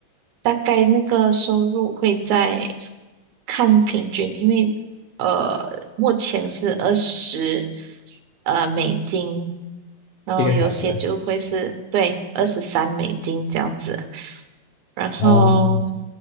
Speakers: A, on the right (about 80°); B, on the left (about 75°).
A: 大概那个收入会在看平均，因为呃，目前是二十呃美金，然后有些就会是对二十三美金这样子。
B: 一个小时，
A: 然后
B: 哦，